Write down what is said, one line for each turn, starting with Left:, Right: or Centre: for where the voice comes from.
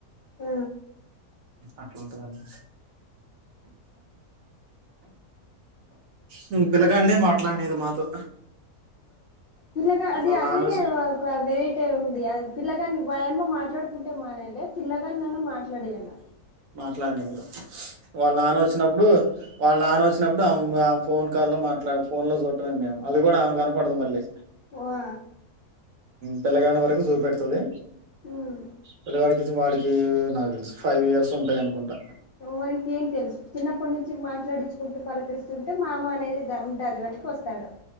Left: ఆ
Right: అట్లాంతాదండి. ను పిల్లగానే మాట్లాడినియది మాతో
Left: పీలగా అది
Right: వాళ్ళ
Left: అదే
Right: ఆలోచన
Left: నే ఒక వెరేటి అంటే ఉంది అది పిల్లగాని వాయామ్మా మాట్లాడుకుంటే మానేలే పిల్లగాన్నినన్న మాట్లాడియాల
Right: మాట్లాడినివ్వదు వాళ్ళ నాన్న వచ్చినప్పుడు వాళ్ళ నాన్న వచ్చినప్పుడు ఆమ్ ఆమె ఫోన్ కాల్ లో మాట్లాడ్ ఫోన్ లో చూడటమే మేము అది కూడా ఆమె కనపడదు మళ్ళేసి
Left: వా
Right: పిల్లగాడిని వరకు చూపెడుతది
Left: ఉమ్
Right: పిల్లగాడి వాడికి నాకు తెలుసు ఫైవ్ ఇయర్స్ ఉంటాయి అనుకుంటా
Left: మనకి ఏం తెలుసు చిన్నప్పటి నుంచి మాట్లాడిచ్చుకుంటూ పలకరిస్తుంటే మామ అనేది ద ఉంటది. వస్తాడు